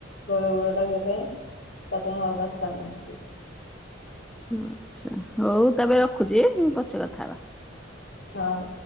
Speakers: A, on the left (about 75°); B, in the centre.
A: ବଡ ବଡୁଆ ଡାକିବା ପାଇଁ ତା ପାଇଁ ଅଲଗା ସ୍ଥାନ ହୁଅନ୍ତି।
B: ହିଁ, ଆଚ୍ଛା ହଉ ତାପରେ ରଖୁଛି ପଛେ କଥା ହେବା
A: ହଁ।